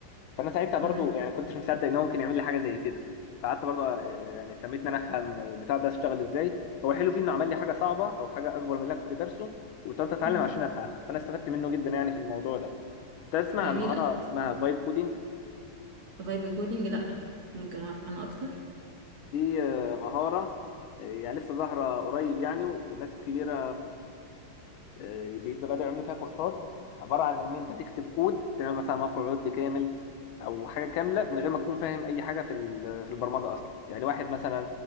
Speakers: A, on the left; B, on the right.
A: فانا ساعتها برضو
B: تمام
A: يعني كنتش مصدق ان هو ممكن يعمل لي حاجه زي كده فقعدت برضو آه، يعني اهتميت ان انا افهم البتاع ده اشتغل ازاي هو الحلو فيه انه عمل لي حاجه صعبه او حاجه اكبر من اللي أنا كنت دارسه واضطريت اتعلم
B: مم،
A: عشان افهمها فانا استفدت منه جدا يعني في الموضوع ده تسمع
B: جميل
A: عن مهاره اسمها فايب كودينج
B: طب بايب كودينج لا ممكن اعرف انا اكتر
A: دي آه، مهاره آه، يعني لسه ظاهره قريب يعني والناس الكبيره آه، بيبقى بدأوا يعملوا فيها كورسات عبارة عن إن أنت تكتب كود تعمل مثلا موقع ويب كامل أو حاجة كاملة من غير ما تكون فاهم أي حاجة في ال- في البرمجة أصلا يعني واحد مثلا